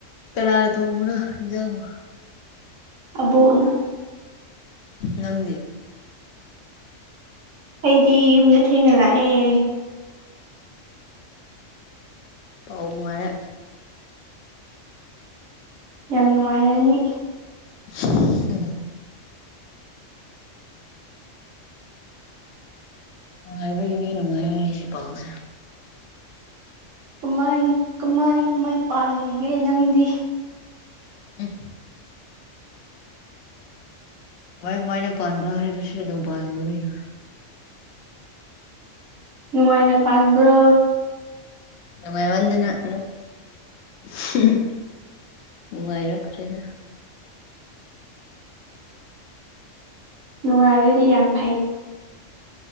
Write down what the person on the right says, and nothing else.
ꯑꯕꯣꯛ ꯅ
ꯑꯩꯗꯤ ꯌꯨꯝꯗ ꯊꯦꯡꯅ ꯂꯥꯛꯑꯦ
ꯌꯥꯝ ꯅꯨꯡꯉꯥꯏꯔꯅꯤ
ꯀꯃꯥꯏꯅ ꯀꯃꯥꯏ ꯀꯃꯥꯏ ꯄꯥꯜꯂꯤꯒꯦ ꯅꯪꯗꯤ
ꯅꯨꯡꯉꯥꯏꯅ ꯄꯥꯟꯕ꯭ꯔꯣ
ꯅꯨꯡꯉꯥꯏꯔꯗꯤ ꯌꯥꯝ ꯐꯩ